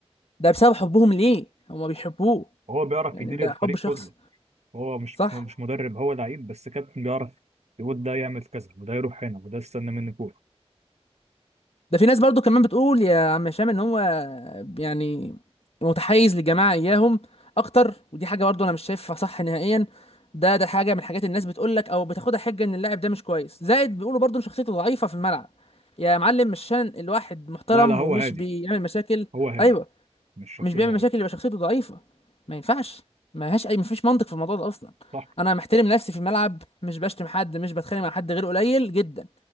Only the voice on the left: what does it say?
ده بسبب حبهم ليه هما بيحبوه
يعني
ده
حب شخص
صح
ده في ناس برضو كمان بتقول يا عم هشام ان هو يعني متحيز للجماعه اياهم اكتر ودي حاجه برضو انا مش شايفها صح نهائيا ده ده حاجه من الحاجات الناس بتقول لك او بتاخدها حجه ان اللاعب ده مش كويس زائد بيقولوا برضو ان شخصيته ضعيفه في الملعب يا معلم مش عشان الواحد محترم
ومش
بيعمل مشاكل
ايوه
مش بيعمل
مشاكل يبقى شخصيته ضعيفة ما ينفعش ما لهاش اي مفيش منطق في الموضوع ده اصلا
انا محترم نفسي في الملعب مش بشتم حد مش بتخانق مع حد غير قليل جدا